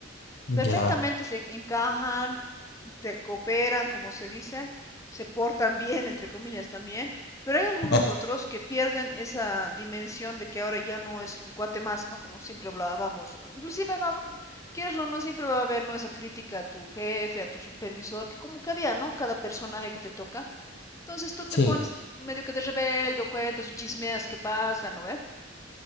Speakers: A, on the left; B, on the left.
A: perfectamente
B: ya.
A: se encajan, te cooperan, como se dice, se portan bien, entre comillas también, pero hay algunos
B: <laughs>
A: otros que pierden esa dimensión de que ahora ya no es un cuate más, ¿no? Como siempre hablábamos. Inclusive, no, quieres o no, siempre va a haber, ¿no? Esa crítica a tu jefe, a tu supervisor, que como que había, ¿no? Cada personaje que te toca. Entonces tú te
B: Sí,
A: pones medio que de rebelde o cuentas o chismeas qué pasa, ¿no? ve?